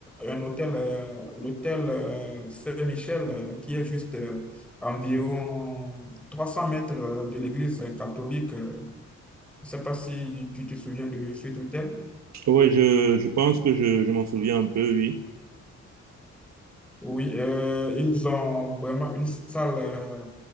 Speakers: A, in the centre; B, on the right.
A: un hôtel, euh, l'hôtel euh, Saint-Michel, euh, qui est juste euh, à environ 300 mètres euh, de l'église catholique. euh, je ne sais pas si tu te souviens de cet hôtel.
B: Oui, je, je pense que je, je m'en souviens un peu, oui.
A: Oui, euh, ils ont vraiment une salle, euh,